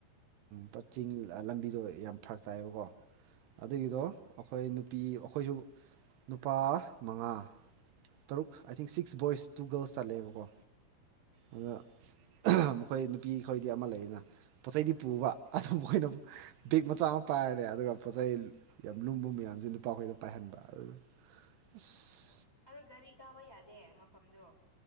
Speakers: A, on the right; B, in the centre.
A: ꯄ ꯆꯤꯡ ꯂꯝꯕꯤꯗꯣ ꯌꯥꯝ ꯐꯔꯛ ꯇꯥꯏꯌꯦꯕꯀꯣ ꯑꯗꯨꯒꯤꯗꯣ
B: ꯎꯝ
A: ꯑꯩꯈꯣꯏ ꯅꯨꯄꯤ ꯑꯩꯈꯣꯏꯁꯨ ꯅꯨꯄꯥ ꯃꯉꯥ ꯇꯔꯨꯛ I think six boys two girls ꯆꯠꯂꯦꯕꯀꯣ ꯑꯗ ꯃꯈꯣꯏ ꯅꯨꯄꯤꯈꯣꯏꯗꯤ ꯑꯃ ꯂꯩꯌꯦꯅ ꯄꯣꯠ ꯆꯩꯩꯗꯤ ꯄꯨꯕ ꯑꯗꯨꯕꯨ ꯑꯈꯣꯢꯅ
B: ꯎꯝ
A: ꯃꯨꯛ ꯕꯦꯒ ꯃꯆꯥꯥ ꯄꯥꯏꯔꯦ ꯑꯗꯨꯒ ꯄꯣꯠ ꯆꯩ ꯌꯥꯝ ꯂꯨꯝꯕ ꯃꯌꯥꯝꯁꯦ ꯅꯨꯄꯥꯈꯣꯏꯗ ꯄꯥꯏꯍꯟꯕ ꯑꯗꯨ ꯏꯤꯁ
B: ꯑꯗꯣ ꯒꯥꯔꯤ ꯀꯥꯕ ꯌꯥꯗꯦ ꯃꯐꯝꯗꯣ